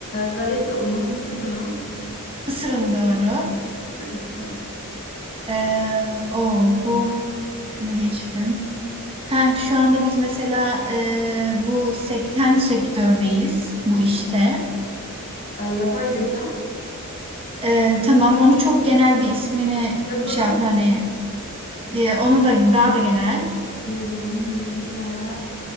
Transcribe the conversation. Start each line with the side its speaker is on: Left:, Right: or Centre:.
Left: galeta unu, mısır unu,
Right: Isır
Left: buğday,
Right: unu doğru.
Left: mısır unu mu? tamam.
Right: Ee, o bu bunu geçtim. Ha şu anda biz mesela e, bu sekten sektördeyiz bu işte.
Left: Ee, yapay zeka,
Right: Ee, tamam onu çok genel bir ismini
Left: yazılım,
Right: şey yapın hani e, onu da daha da genel.
Left: yazılım, bilgisayar.